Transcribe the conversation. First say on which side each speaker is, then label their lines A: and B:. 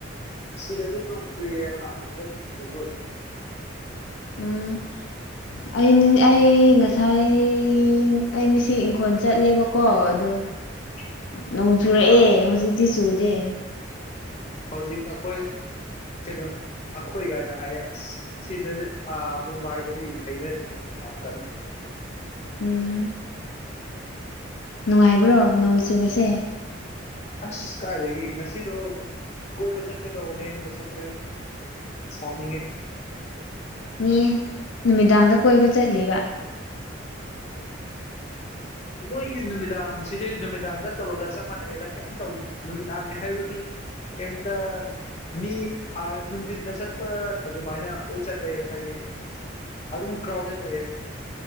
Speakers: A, on the left; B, on the left.
A: ꯁꯤꯗꯗꯤ ꯅꯣꯡ ꯆꯨꯏꯌꯦꯕ ꯑꯗꯨꯗ ꯅꯣꯡ ꯆꯨꯕ꯭ꯔꯣ
B: ꯎꯝ ꯑꯩꯗꯤ ꯑꯩ ꯉꯁꯥꯏ ꯑꯩ ꯉꯁꯤ ꯏꯪꯈꯣꯜ ꯆꯠꯂꯦꯕꯀꯣ ꯑꯗꯣ
A: <unintelligible>
B: ꯅꯣꯡ ꯆꯨꯔꯛꯑꯦ
A: ꯑꯥ
B: ꯍꯧꯖꯤꯛꯇꯤ ꯆꯨꯗꯦ
A: ꯍꯧꯖꯤꯛ ꯑꯩꯈꯣꯏ ꯀꯩꯅꯣ ꯑꯩꯈꯣꯏꯒꯥꯏꯅ ꯍꯥꯏꯔꯦ ꯁꯤꯗꯗꯤ ꯑꯥ ꯃꯨꯝꯕꯥꯏꯗꯗꯤ ꯍꯩꯙꯔꯤ ꯅꯣꯡ ꯌꯥꯝ ꯀꯟ
B: ꯎꯝ ꯅꯨꯡꯉꯥꯏꯕ꯭ꯔꯣ ꯅꯣꯡ ꯆꯨꯕꯁꯦ
A: ꯑꯁ ꯀꯥꯏꯗꯒꯤ ꯉꯁꯤꯗꯣ ꯀꯣꯏꯕ ꯆꯠꯀꯦ ꯇꯧꯋꯅꯦ ꯑꯝꯇ ꯆꯠꯇ꯭ꯔꯦ ꯁꯥꯎꯅꯤꯡꯉꯦ
B: ꯃꯤ ꯅꯨꯃꯤꯗꯥꯡꯗ ꯀꯣꯏꯕ ꯆꯠꯂꯤꯕ
A: ꯃꯣꯏꯒꯤ ꯅꯨꯃꯤꯗꯥꯡꯁꯤꯗꯤ ꯅꯨꯃꯤꯗꯥꯡ ꯅꯠꯇꯕꯒ ꯆꯞ ꯃꯥꯟꯅꯩꯗ ꯀꯩꯝ ꯇꯧ ꯅꯨꯃꯤꯗꯥꯥꯡꯅꯦ ꯍꯥꯏꯕꯒꯤ ꯀꯩꯝꯇ ꯃꯤ ꯑ ꯅꯨꯡꯗꯤꯟꯗ ꯆꯠꯄ ꯑꯗꯨꯃꯥꯏꯅ ꯂꯣꯏ ꯆꯠꯂꯦ ꯍꯥꯏꯗꯤ ꯑꯗꯨꯝ ꯀ꯭ꯔꯥꯎꯗꯦꯠ ꯑꯣꯏꯌꯦ